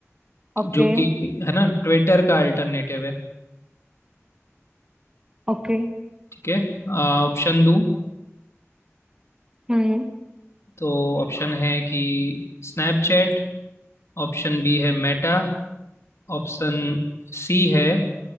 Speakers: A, on the right; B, on the left.
A: Okay
B: जो कि है ना ट्विटर का अल्टरनेटिव है
A: okay
B: ठीक है ऑप्शन दूं
A: हम्म
B: तो ऑप्शन है कि स्नैपचैट ऑप्शन बी है मेटा ऑप्शन सी है